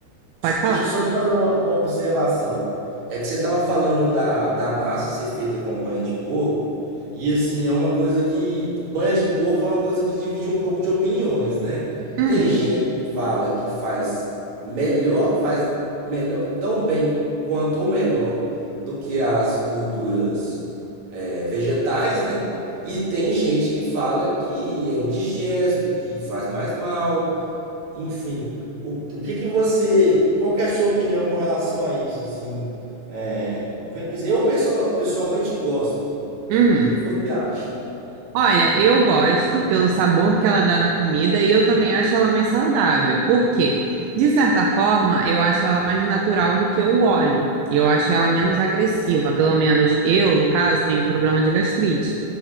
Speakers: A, on the right; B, on the right.
A: Pode falar.
B: Deixa eu só te fazer uma, uma observação. É que você estava falando da, da massa ser feita com banha de porco, e assim, é uma coisa que. Banha de porco é uma coisa que divide um pouco de opiniões, né?
A: Hum,
B: Tem gente que fala que faz melhor, faz melhor, tão bem quanto ou melhor do que as gorduras eh, vegetais, né? E tem gente que fala que é indigesto, que faz mais mal. Enfim, o, o que que você, qual que é a sua opinião com relação a isso, assim, é, o que que, eu pessoa- pessoalmente gosto,
A: uhum.
B: o que que você acha?
A: Olha, eu gosto pelo sabor que ela dá na comida e eu também acho ela mais saudável. Por quê? De certa forma, eu acho ela mais natural do que o óleo. E Eu acho ela menos agressiva. Pelo menos eu, no caso, tenho um problema de gastrite.